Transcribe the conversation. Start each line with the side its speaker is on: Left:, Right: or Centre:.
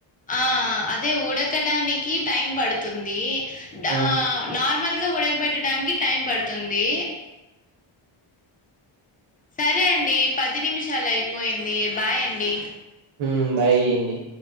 Left: ఆ అదే ఉడకడానికి టైం పడుతుంది డా
Right: ఆ!
Left: నార్మల్ ఉడక బెట్టడానికి టైం పడుతుంది సరే అండి పది నిమిషాలు అయిపోయింది బాయ్ అండి
Right: హ్మ్ బాయియ్యండి